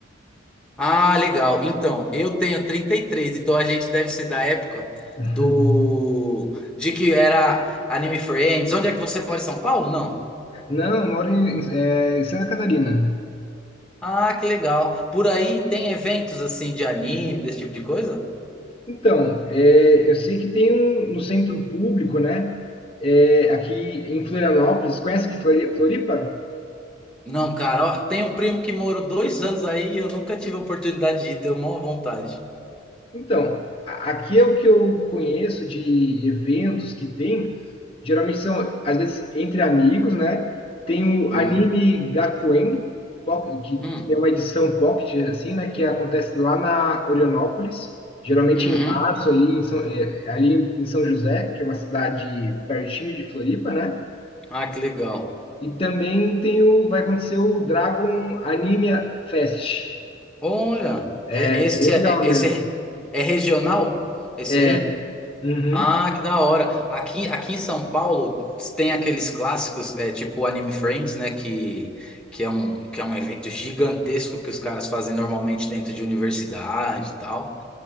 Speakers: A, in the centre; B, on the left.
A: Ah, legal. Então, eu tenho 33. então a gente deve ser da época
B: <laughs>
A: do de que era Anime Friends. Onde é que você mora em São Paulo? Não.
B: Não, eu moro em, em, é, em Santa Catarina.
A: Ah, que legal. Por aí tem eventos assim de anime, desse tipo de coisa?
B: Então, é, eu sei que tem um no centro público, né? é, aqui em Florianópolis, conhece aqui Flori- Floripa?
A: Não, cara, ó, tem um primo que morou dois anos aí e eu nunca tive a oportunidade de ir, tenho maior vontade.
B: Então, a- aqui é o que eu conheço de eventos que tem. Geralmente são, às vezes, entre amigos, né? Tem o
A: Hum,
B: anime Gakuen, poc- que
A: hum,
B: tem uma edição pocket, assim, né? Que acontece lá na Orionópolis, geralmente
A: uhum.
B: em março, ali em São, é, ali em São José, que é uma cidade pertinho de Floripa, né?
A: Ah, que legal.
B: E também tem o, vai acontecer o Dragon Anime Fest.
A: Olha, é-
B: É
A: esse,
B: bem legal
A: é, é-
B: mesmo.
A: esse é, é regional? Esse
B: É,
A: aí?
B: uhum.
A: Ah, que da hora. Aqui, aqui em São Paulo tem aqueles clássicos, é, tipo o Anime Friends, né? Que, que é um, que é um evento gigantesco que os caras fazem normalmente dentro de universidade e tal.